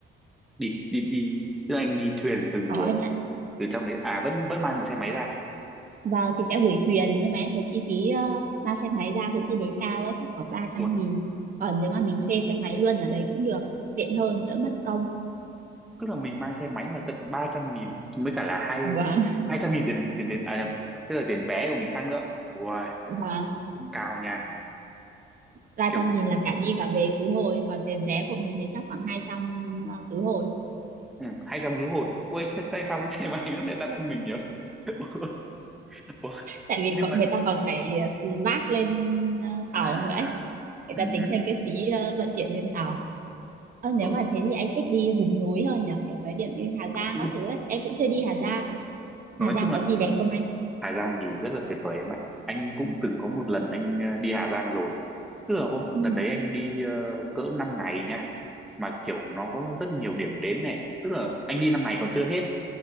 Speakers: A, in the centre; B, on the right.
A: đi đi đi tức là anh đi thuyền
B: <laughs>
A: từ
B: có anh
A: ờ,
B: ạ
A: từ trong đấy à vẫn vẫn mang được xe máy ra.
B: và thì sẽ gửi thuyền nhưng mà em thấy chi phí uh, mang xe máy ra cũng tương đối cao ấy chắc khoảng ba trăm
A: Ủa,
B: nghìn còn nếu mà mình thuê xe máy luôn ở đấy cũng được tiện hơn đỡ mất công
A: tức là mình mang xe máy mà tận ba trăm nghìn mới cả là hai
B: vâng
A: hai trăm nghìn tiền tiền tiền à nhầm, tức là tiền vé của mình khác nữa. Ui,
B: và
A: cũng cao nha.
B: 300
A: Kiểu
B: nghìn là cả đi cả về khứ hồi còn tiền vé của mình thì chắc khoảng 200 ờ, khứ hồi
A: ừ, 200 khứ hồi. Ui, thế tại sao cái <laughs> xe máy nó lại đắt hơn mình nhỉ? <laughs> Ủa,
B: tại vì
A: nhưng
B: còn,
A: mà
B: người ta còn phải ờ, xì vác lên ờ,
A: à
B: tàu nữa ấy.
A: à,
B: người
A: ừ,
B: ta tính
A: ừ,
B: thêm cái phí ờ, vận chuyển lên tàu Ờ, nếu
A: ừ.
B: mà thế thì anh thích đi vùng núi hơn nhỉ kiểu mấy điểm như Hà Giang
A: Ừ.
B: các thứ ấy em cũng chưa đi Hà Giang
A: nói
B: Hà Giang
A: chung là
B: có gì đẹp không anh
A: Hà Giang thì rất là tuyệt vời em ạ anh cũng từng có một lần anh ờ, đi Hà Giang rồi tức là hôm
B: ừ.
A: đợt đấy anh đi ờ, cỡ 5 ngày nha mà kiểu nó có rất nhiều điểm đến này tức là anh đi 5 ngày còn chưa hết